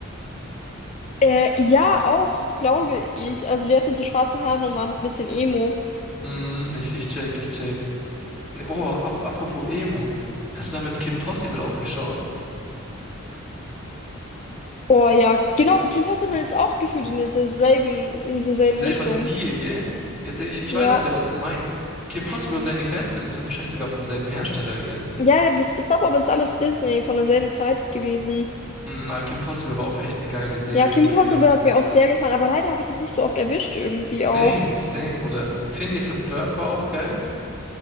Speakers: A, on the left; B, in the centre.
A: Äh, ja, auch, glaube ich. Also, die hatte so schwarze Haare und war ein bisschen Emo.
B: Hm, ich, ich check, ich check. Ne, Boah, ap apropos Emo. Hast du damals Kim Possible auch geschaut?
A: Oh ja, genau, Kim Possible ist auch gefühlt in dieser selben, in dieser selben
B: Selber
A: Richtung.
B: Stil, gell? Jetzt, ich, ich
A: Ja,
B: weiß auch wieder, was du meinst. Kim Possible und Danny Phantom sind wahrscheinlich sogar vom selben Hersteller, I guess.
A: ja, das, ich glaube aber, es ist alles Disney von derselben Zeit gewesen.
B: Mm, aber Kim Possible war auch echt eine geile Serie,
A: Ja, Kim
B: Serie.
A: Possible hat mir auch sehr gefallen, aber leider habe ich das nicht so oft erwischt irgendwie
B: Same,
A: auch.
B: same. Oder Phineas und Ferb war auch geil.